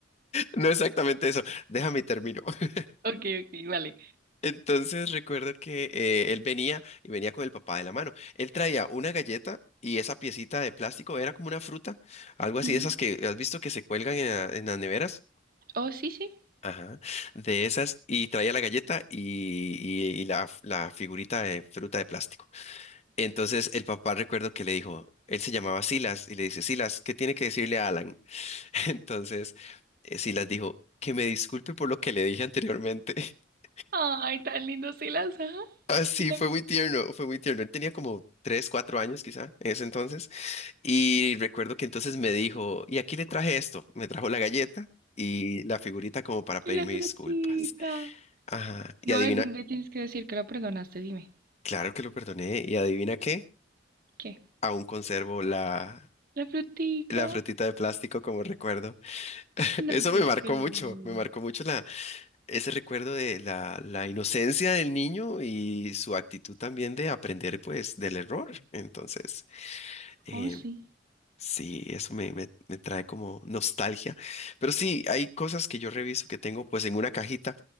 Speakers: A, on the left; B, on the right.
A: no exactamente eso, déjame y termino. <laughs>
B: Ok, ok, vale.
A: Entonces recuerdo que eh, él venía y venía con el papá de la mano. Él traía una galleta y esa piecita de plástico era como una fruta, algo así
B: Ujú.
A: de esas que has visto que se cuelgan en la- en las neveras.
B: Oh, sí, sí.
A: Ajá, de esas y traía la galleta y, y- y la, la figurita de fruta de plástico. Entonces el papá recuerdo que le dijo, él se llamaba Silas y le dice, Silas, ¿qué tiene que decirle a Alan? <laughs> Entonces eh, Silas dijo, que me disculpe por lo que le dije anteriormente. <laughs>
B: Ay, tan lindo, sí las, ajá.
A: Ah, sí,
B: Y la,
A: fue muy tierno, fue muy tierno. Él tenía como tres, cuatro años quizá en ese entonces. Y recuerdo que entonces me dijo, y aquí le traje esto, me trajo la galleta y la figurita como para pedirme
B: y la frutita.
A: disculpas. Ajá, y
B: No,
A: adivina
B: me tienes que decir que lo perdonaste, dime.
A: Claro que lo perdoné y adivina qué,
B: ¿Qué?
A: aún conservo la,
B: La frutica.
A: la frutita de plástico como recuerdo. <laughs>
B: No
A: Eso
B: te
A: me marcó
B: creo.
A: mucho, me marcó mucho la, ese recuerdo de la, la inocencia del niño y su actitud también de aprender pues del error. Entonces, eh,
B: Oh, sí,
A: sí, eso me, me, me trae como nostalgia. Pero sí, hay cosas que yo reviso que tengo pues en una cajita